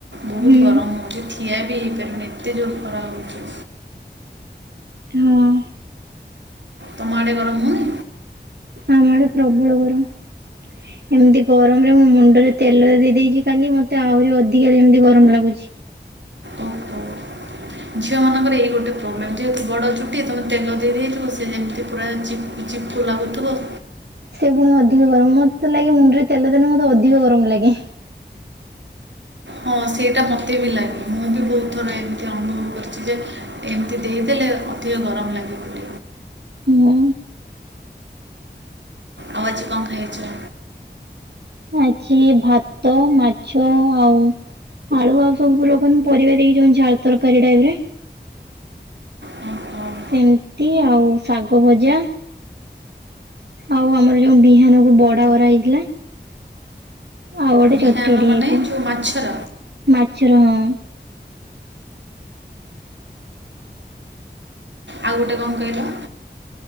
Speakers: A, on the right; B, on the right.
A: ବହୁତ
B: ହୁଁ।
A: ଗରମ ହେଉଛି ଥିିଆ ବି ହେଇପାରିବନି ଏତେ ଜୋର ଖରା ହେଉଛି।
B: ହଁ
A: ତମା ଆଡ଼େ ଗରମ ହଉନି?
B: ଆମ ଆଡେ ପ୍ରବଳ ଗରମ। ଏମିତି ଗରମ ରେ ମୁଁ ମୁଣ୍ଡରେ ତେଲ ଦେଇ ଦେଇଛି ଖାଲି ମତେ ଆହୁରି ଅଧିକା ଯେମିତି ଗରମ ଲାଗୁଛି।
A: ଓ ଝିଅ ମାନଙ୍କରେ ଏଇ ଗୋଟେ ପ୍ରୋବ୍ଲେମ୍। ଯେହେତୁ ବଡ଼ ଚୁଟି ତମେ ତେଲ ଦେଇଥିବ ସେ ଯେମିତି ପୁରା ଚିପ ଚିପ୍କୁ ଲାଗୁଥିବ।
B: ସେ ପୁଣି ଅଧିକ ଗରମ ମତେ ଲାଗେ ମୁଣ୍ଡରେ ତେଲ ଦେଲେ ମୋତେ ଅଧିକ ଗରମ ଲାଗେ।
A: ହଁ ସେଇଟା ମତେ ବି ଲାଗେ ମୁଁ ବି ବହୁତ ଥର ଏମିତି ଅନୁଭବ କରିଛି ଯେ ଏମିତି ଦେଇଦେଲେ ଅଧିକ ଗରମ ଲାଗି ପଡ
B: ମୁଁ
A: ଆଉ ଆଜି କଣ ଖାଇଛ?
B: ଆଜି ଭାତ, ମାଛ ଆଉ ଆଳୁ ଆଉ ସବୁ ଲୋକାନ ପରିବା ଦେଇକି ଯାଉ ଝାଳ ତରକାରୀ ଟାଇପ ରେ
A: ହଁ ହ।
B: ସେମିତି ଆଉ ଶାଗ ଭଜା। ଆଉ ଆମର ଯୋଉ ବିହାନ କୁ ବଡା କରାହଇଥିଲା। ଆଉ ଗୋଟେ
A: ବିହାନ
B: ଛଚଡି
A: ମାନେ
B: ହେଇଥିଲା
A: ଯେଉଁ ମାଛର
B: ମାଛର ହଁ।
A: ଆଉ ଗୋଟେ କଣ କହିଲ?